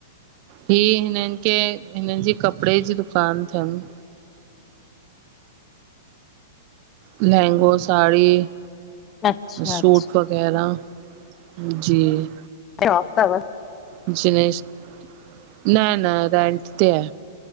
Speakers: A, on the right; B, on the left.
A: हे हिननि खे, हिननि जी कपिड़े जी दुकान तनि। लहंगो साड़ी
B: अच्छा
A: सूट
B: अच्छा
A: वग बहिराम, जी।
B: ऐं <unintelligible>
A: जिनेश, न न रेंट ते आ।